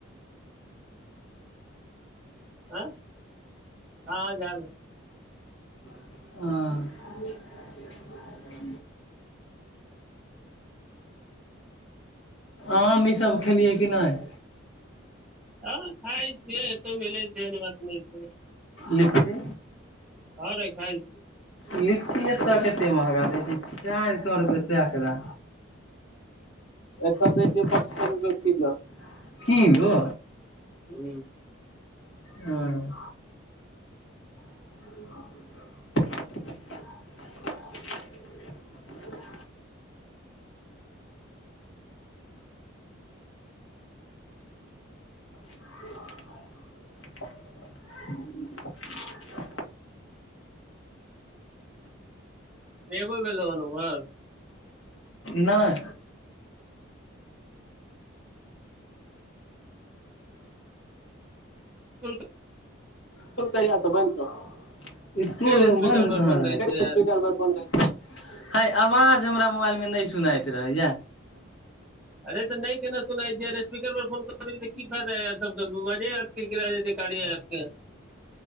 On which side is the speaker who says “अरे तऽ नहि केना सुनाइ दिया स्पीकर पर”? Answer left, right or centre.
Centre